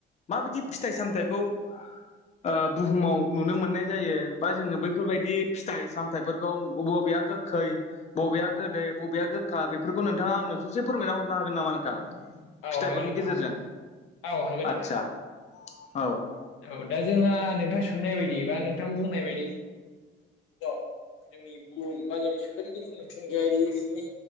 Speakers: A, on the left; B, on the left.
A: माबायदि फिथाइ सामथायाइखौ ओ बुहुमाव नुनो मोननाय जायो बा जोङो बैफोरबायदि फिथाइ सामथायाइफोरखौ अबे अबेआ गोखै। बबेया गोदै बबेया गोखा बेफोरखौ नोंथाङा आंनो ससे फोरमायना हरनो हागोन नामा नोंथां?
B: औ
A: फिथाइफोरनि
B: हागोन नोंथां
A: गेजेरजों
B: हागोन औ हागोन
A: आदसा
B: नोंथां
A: औ।
B: औ दा जोंहा नोंथां सोंनाय बायदि बा नोंथां बुंनाय बायदि औ। <inaudible> जोंनि बुहुम बा जोंनि सोरगिदिं मिथिंगायारिसिनि